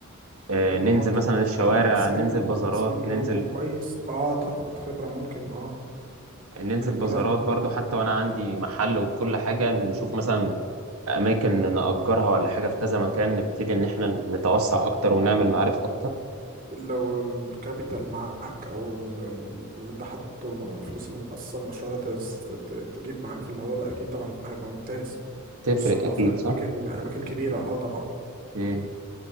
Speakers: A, on the right; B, on the right.
A: آه،
B: ما
A: ننزل
B: هو انت
A: مثلا
B: انت
A: الشوارع
B: الاول تصميم
A: ننزل بازارات
B: تصميم اللوجو
A: ننزل
B: كويس اه تاخد خبرة ممكن اه
A: ننزل
B: من المولات
A: بازارات برضو
B: و-
A: حتى وأنا عندي محل وكل حاجة نشوف مثلا أماكن نأجرها ولا حاجة في كذا مكان نبتدي إن إحنا نتوسع أكتر ونعمل معارف أكتر
B: لو الكابيتال معاك او ال- ال- اللي انت حاطه الم- الفلوس اللي مخصصة للمشروع ده تز- ت- تجيب معاك في الموضوع ده اكيد طبعا هيبقى ممتاز
A: تفرق
B: خصوصا لو
A: أكيد
B: في اماكن
A: صح؟
B: اماكن كبيرة اه طبعا
A: مم.